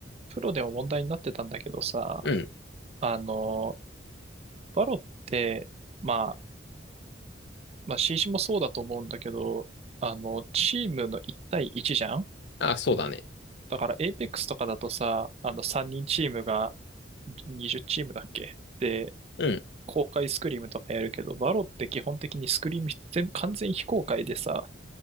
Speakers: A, on the right; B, on the left.
A: プロでも問題になってたんだけどさ、
B: うん。
A: あの、バロって、まあ、まあ、CC もそうだと思うんだけど、あの、チームの1対1じゃん
B: あ、そうだね。
A: だから、エイペックスとかだとさ、あの、3人チームが20チームだっけで、
B: うん。
A: 公開スクリームとかやるけど、バロって基本的にスクリーム全部完全非公開でさ、